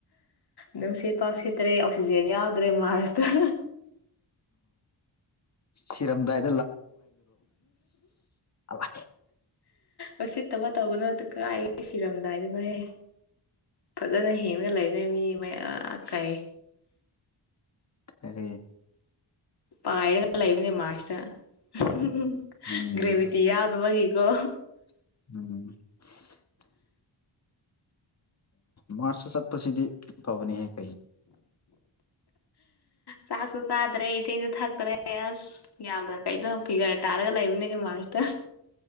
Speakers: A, on the left; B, on the left.
A: ꯑꯗꯨꯁꯦ ꯄꯥꯎꯁꯤꯦ ꯇ꯭ꯔꯦ ꯑꯣꯛꯁꯤꯖꯦꯟ ꯌꯥꯎꯗ꯭ꯔꯦ ꯃꯥꯔꯁꯇ
B: ꯁꯤꯔꯝꯗꯏ ꯑꯂꯥ
A: ꯎ ꯎꯆ ꯊꯃ ꯇꯧꯒꯅꯣ ꯀꯥꯏ ꯁꯤꯔꯝꯗꯥꯏꯗꯅꯍꯦ ꯐꯖꯅ ꯍꯦꯉ ꯂꯩꯅꯦꯣꯏ ꯃꯤ ꯃꯌꯥꯝ ꯑ ꯀꯥꯏ
B: ꯑꯦ
A: ꯄꯥꯏꯔꯒ ꯂꯩ ꯏꯕꯅꯦ ꯃꯥꯁ ꯎꯝ
B: ꯎꯝ
A: ꯒ꯭ꯔꯦꯕꯤ ꯇꯤ ꯌꯥꯎꯗ ꯋꯥ ꯏꯒꯣ
B: <inaudible> ꯃꯥꯔꯁꯇ ꯆꯠꯄꯁꯤꯗꯤ ꯐꯕꯅꯤ ꯍꯦꯛ
A: ꯁꯥꯁꯨꯨ ꯁꯥꯗ ꯔꯦꯁꯤ ꯊꯛꯈ꯭ꯔꯦ ꯑꯁ ꯌꯥꯝꯅ ꯀꯩꯅꯣ ꯐꯤꯒꯔ ꯇꯥꯔꯒ ꯂꯩꯕꯅꯤ ꯃꯥꯔꯁꯇ